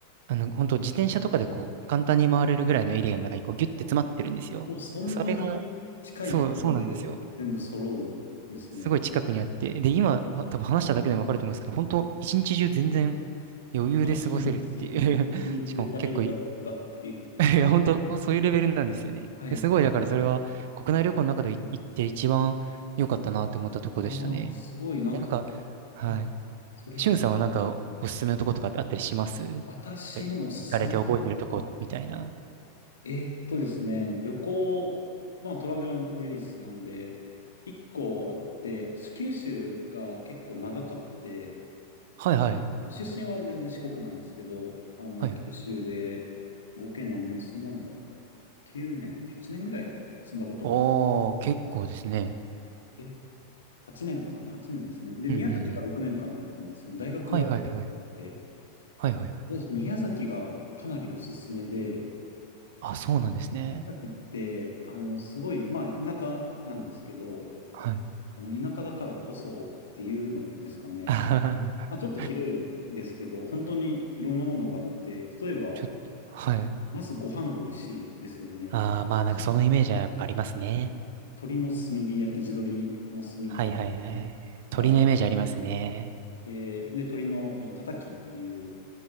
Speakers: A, on the right (about 50°); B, on the left (about 70°).
A: あの、本当自転車とかでこう、簡単に回れるぐらいのエリアの中にこう、ギュッて詰まってるんですよ。
B: あ、もうそんなに近いところで全部揃うんですね。
A: それが、そう、そうなんですよ。すごい近くにあって、で、今、は多分話しただけでもわかると思うんですけど、本当一日中全然余裕で過ごせるっていう
B: 楽しみですよね。
A: <laughs>
B: 一日で足りるかどうかっていう。
A: しかも結構い、<laughs> いや、本当そういうレベルなんですよね。
B: はい。
A: ですごい、だからそれは国内旅行の中でい行って一番良かったなって思ったとこでしたね。
B: ああ、すごい、
A: い
B: なんか、
A: や、なんか、はい。
B: はい。それ聞くと。
A: しゅんさんはなんかおすすめのとことかってあったりしますなん
B: 私のおすすめ。
A: かい行かれて覚えてるとこみたいな。
B: あえーっとですね、旅行、まあトラベルプリンスなんで、一個あって、私九州が結構長かって、
A: はいはい。
B: 出身は全然四国なんですけど、あの、
A: はいはい。
B: 九州で合計何年住んだんだ ?9 年、8年ぐらいか、住んだことがあっ
A: おー、結構ですね。
B: て、え ?8 年かな ?8 年ですね。で、
A: うんうんうん。
B: 宮崎が6年間だったんですよね。大学があって、
A: はいはいはい。はいはいはい。
B: 私宮崎がかなりおすすめで、
A: あ、そうなんですね。
B: 宮崎って、あの、すごい、まあ、田舎なんですけど、
A: はい。
B: あの、田舎だからこそっていうのですかね。
A: あー
B: まあ、ちょっと広いんですけど、本当にいろんなものがあって、例えば、
A: <laughs> ちょっと、はい。
B: まずご飯が美味しいですよね。
A: ああ、まあなんかそのイメージはやっぱありますね。
B: 鶏の炭火焼き、地鶏の炭火焼きがあって、
A: はいはいはい。鳥のイメージありますね。
B: で、鶏の、あの、たたきっていう、